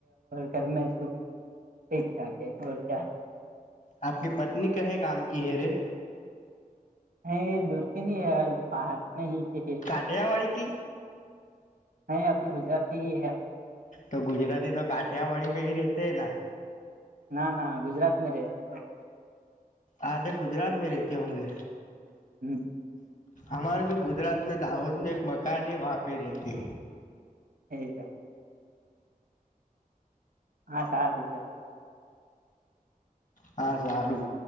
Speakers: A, on the right; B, on the left.
A: ઘરમાં ઠીક છે ઓકે હોર ક્યા
B: આપની પત્ની કહે ગામ કી હેરેે
A: હ એ દૂરથી ન હ પાસ નહી કે
B: આઢેયાવાળ ક
A: હ આ તો ગુજરાતીય કી હે
B: તો ગુજરાતી તો કાઠિયાવાડી મે હી રેહતે હે ના
A: ના ના ગુજરાત મે રહેતે.
B: આધે ગુજરાત મે રતે હોગે.
A: હમ
B: અમારે ભી ગુજરાત દાહોદ મે એક મકાન હે વાહ પે રતે
A: એ છે. હા સારું છે.
B: હા સારું